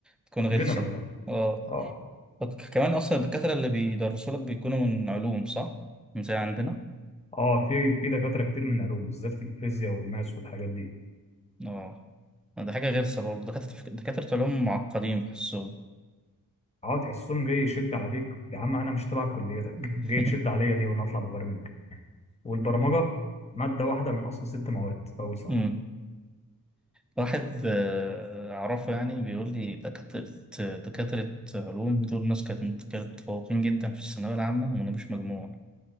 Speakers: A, in the centre; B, on the left.
A: بتكون غلسة
B: جنرال برضه
A: اه
B: اه
A: وك- كمان أصلا الدكاترة اللي بيدرسوا لك بيكونوا من علوم صح؟ من زي عندنا؟
B: اه في في دكاترة كتير من علوم بالذات في الفيزياء والماس والحاجات دي
A: اه ده حاجة غلسة برضو دكاترة دكاترة علوم معقدين بحسهم
B: اه تحسهم جاي يشد عليك يا عم انا مش تبع كليتك
A: <laughs>
B: جاي تشد عليا ليه وانا اطلع مبرمج والبرمجة مادة واحدة من أصل ست مواد في أول سنة
A: امم واحد آه، أعرفه يعني بيقول لي دكاترة دكاترة علوم دول ناس كانت مت- كانت متفوقين جدا في الثانوية العامة وما جابوش مجموع